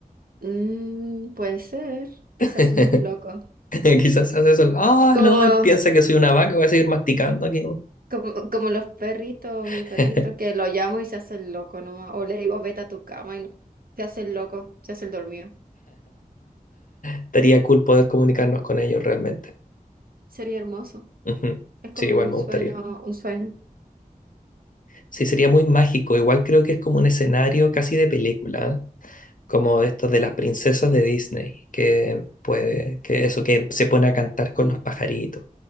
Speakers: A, on the right; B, on the left.
A: Mm, puede ser que
B: <laughs>
A: se hacen los locos.
B: Quizás se hace eso. Ah,
A: Como,
B: no, él piensa que soy una vaca, voy a seguir masticando aquí, ¿no?
A: como, como los perritos,
B: <laughs>
A: mi perrito, que lo llamo y se hace el loco nomás. O le digo, vete a tu cama y no- se hace el loco, se hace el dormido.
B: Estaría cool poder comunicarnos con ellos realmente.
A: Sería hermoso.
B: Ujú.
A: Es como
B: Sí, igual
A: un
B: me
A: sueño,
B: gustaría.
A: un sueño.
B: Sí, sería muy mágico. Igual creo que es como un escenario casi de película, ¿eh? como de estos de las princesas de Disney, que puede, que eso, que se pone a cantar con los pajaritos.